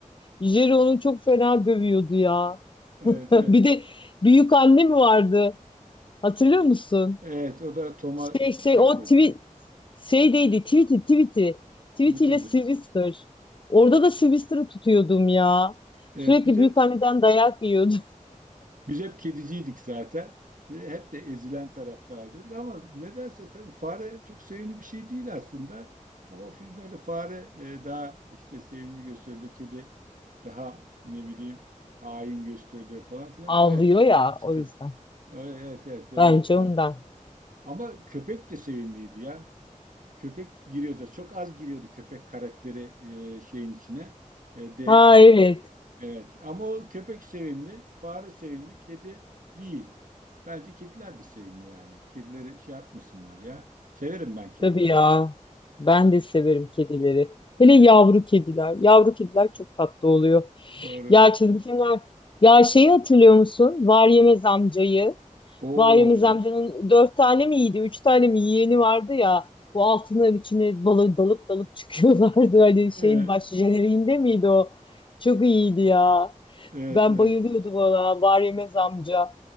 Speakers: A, on the left; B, on the right.
A: Jerry onu çok fena dövüyordu ya.
B: Evet,
A: <laughs> Bir
B: evet.
A: de büyük anne mi vardı? Hatırlıyor musun?
B: Evet, o da Tom'a
A: Şey şey
B: şey yapıyordu.
A: o tweet şeydeydi tweet'i tweet'i tweet'iyle
B: Twitter'dı.
A: ile Sylvester. Orada da Sylvester'ı tutuyordum ya.
B: Evet,
A: Sürekli
B: biz hep
A: büyükanneden dayak yiyordu.
B: biz hep kediciydik zaten. Ve Hep de ezilen taraftardık ama nedense tabii fare çok sevimli bir şey değil aslında. Ama o filmlerde fare e, daha işte sevimli gösteriliyor. Kedi daha ne bileyim hain gösteriliyor falan
A: <laughs>
B: filan.
A: Ağlıyor
B: Evet.
A: ya
B: Tutuyor.
A: o yüzden.
B: Evet evet evet, böyle
A: Bence
B: abi.
A: ondan.
B: Ama köpek de sevimliydi ya. Köpek giriyordu. Çok az giriyordu köpek karakteri e, şeyin içine. E, de
A: Ha evet
B: e, evet. Ama o köpek sevimli, fare sevimli, kedi değil. Bence kediler de sevimli yani. Kedileri şey yapmasınlar ya. Severim ben kedileri.
A: tabii ya. Ben de
B: Evet,
A: severim kedileri. Hele
B: evet,
A: yavru kediler. Yavru kediler çok tatlı oluyor.
B: doğru.
A: Ya çizgi filmler. Ya şeyi hatırlıyor musun? Var Yemez amcayı.
B: Oo.
A: Bayram amcanın dört tane mi iyiydi, üç tane mi yeğeni vardı ya. Bu altınların içine balı dalıp dalıp çıkıyorlardı. <laughs> Hani şeyin
B: E,
A: baş jeneriğinde miydi o? Çok iyiydi ya.
B: Evet,
A: Ben
B: evet
A: bayılıyordum ona. Var yemez amca.